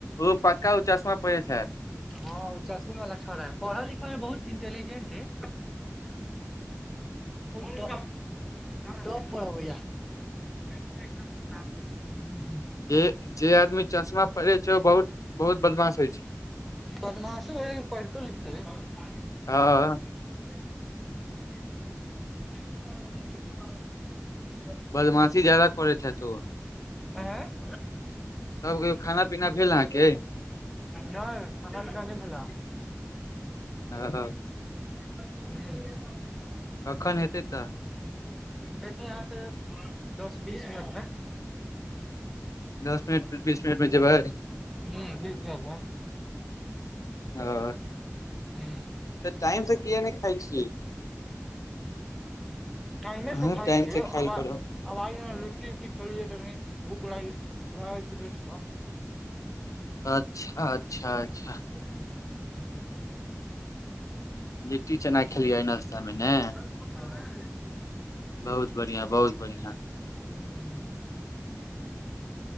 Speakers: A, on the left; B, in the centre.
A: ओ पक्का ओ चश्मा पहिरै छथि
B: हँ ओ चासी वलाा छड़ है पढ़ा लिखा मे बहुत इंटेलिजेंट है त टोप प भैय <unintelligible>
A: जे जे आदमी चश्मा पहिरे छै ओ बहुत बदमाश होय छै
B: बदमाशो हैत लेकिन पढतो लिखतो रहै
A: ह
B: <unintelligible>
A: बदमाासी ज्यादा करै छै तू
B: आँ
A: तब कहियो खाना पीना भेल अहाँके
B: नहि खाना पिना नहि भेला
A: आ हा
B: हु
A: अखन हेतै तऽ
B: अयतै अहाँके दस बीस मिनटमे
A: दस मिनट बीस मिनट मे जेबै
B: ह बीस बब <unintelligible>
A: आ
B: ह
A: तऽ टाइम से किए नहि खाइ छियै
B: टाइमे
A: अहूँ
B: से खाय
A: टाइम
B: छीय
A: से खायल
B: तब
A: करू
B: आ लिट्टी उट्टी खेलीए तनी भूख ल
A: अच्छा अच्छा अच्छा
B: <inaudible>
A: लिट्टी चना खेलियै आय नाश्तामे ने।
B: हँ।
A: बहुत बढ़िआ बहुत बढ़िआ।
B: ह।